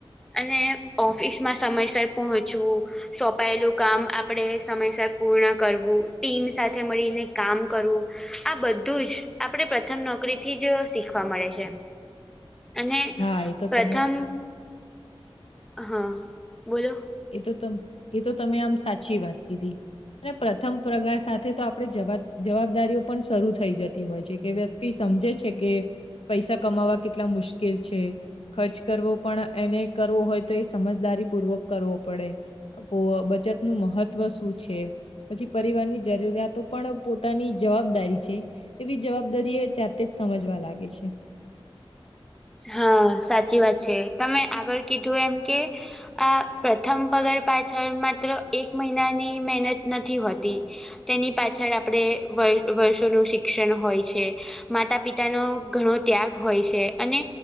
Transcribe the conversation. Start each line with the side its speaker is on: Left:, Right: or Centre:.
Centre: અને ઓફિસમાં સમયસર પહોંચવું સોંપાયેલું કામ આપડે સમયસર પૂર્ણ કરવું ટીમ સાથે મળીને કામ કરવું આ બધું જ આપડે પ્રથમ નોકરીથી જ શીખવા મળે છે. અને
Left: હા એ તો
Centre: પ્રથમ
Left: તમે
Centre: હા બોલો.
Left: એ તો ત એ તો તમે આમ સાચી વાત કીધી. અને પ્રથમ પ્રગાર સાથે તો આપડે જવાબ જવાબદરિયો પણ શરૂ થઈ જતી હોય છે કે તે સમજે છેકે પૈસા કમાવા કેટલા મુશ્કેલ છે. ખર્ચ કરવો પણ એને કરવો હોય તો એ સમજદારી પૂર્વક કરવો પડે. પો બચતનું મહત્વ શું છે? પછી પરિવારની જરૂરિયાતો પણ પોતાની જવાબદારી છે. એવી જવાબદારી એ જાતે જ સમજવા લાગે છે.
Centre: હા સાચી વાત છે. તમે આગળ કીધું એમ કે આ પ્રથમ પગાર પાછળ માત્ર એક મહિનાની મહેનત નથી હોતી. તેની પાછળ આપડે વર વર્ષોનું શિક્ષણ હોય છે. માતા પિ હેલો ઘણો ત્યાગ હોય છે. અને